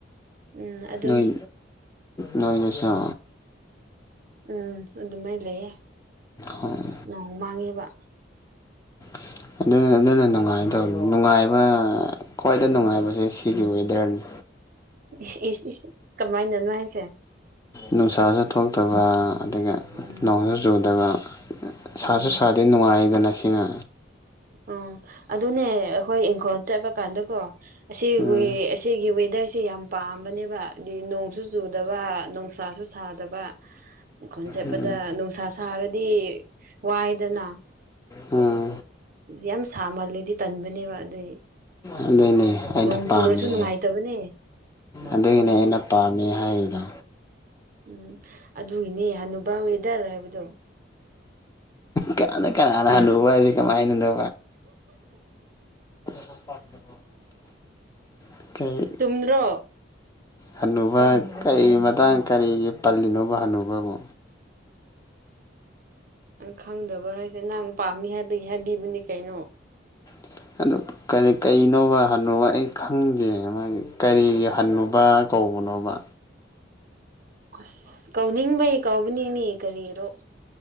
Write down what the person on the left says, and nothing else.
ꯅꯣꯏ ꯅꯣꯏꯗꯁꯨ ꯑ
ꯍꯣꯏ
<inaudible> ꯑꯗꯨꯅꯦ ꯑꯗꯨꯅ ꯅꯨꯡꯉꯥꯏꯗꯧꯔꯤ ꯅꯨꯡꯉꯥꯏꯕ ꯈ꯭ꯋꯥꯏꯗ ꯅꯨꯡꯉꯥꯏꯕꯁꯦ ꯁꯤꯒꯤ ꯋꯦꯗꯔꯅꯦ
ꯅꯨꯡꯁꯥꯁꯨ ꯊꯣꯛꯇꯕ ꯑꯗꯨꯒ
ꯅꯣꯡꯁꯨ ꯆꯨꯗꯕ ꯁꯥꯁꯨ
ꯁꯥꯗꯦ ꯅꯨꯡꯉꯥꯏꯗꯅ ꯁꯤꯅ
ꯎꯝ
ꯎꯝ
ꯎꯝ
ꯑꯗꯨꯏꯅꯦ ꯑꯩꯅ
ꯄꯥꯝꯃꯤꯁꯦ
ꯑꯗꯨꯒꯤꯅꯦ
ꯑꯩꯅ ꯄꯥꯝꯃꯦ ꯍꯥꯏꯔꯤꯗꯣ
ꯀꯅ ꯀꯅꯥꯅ ꯍꯅꯨꯕ ꯍꯥꯏꯁꯦ ꯀꯃꯥꯏꯅꯅꯣ <inaudible> ꯀꯩ
ꯍꯅꯨꯕ ꯀꯩ ꯃꯇꯥꯡ ꯀꯔꯤꯒꯤ ꯄꯜꯂꯤꯅꯣꯕ ꯍꯟꯅꯨꯕꯕꯨ
<inaudible> ꯑꯗꯨ ꯀꯔꯤ ꯀꯩꯅꯣꯕ ꯍꯟꯅꯨꯕ ꯑꯩ ꯈꯪꯗꯦ ꯃꯥꯒꯤ ꯀꯔꯤꯒꯤ ꯍꯟꯅꯨꯕ ꯀꯧ ꯕꯅꯣꯕ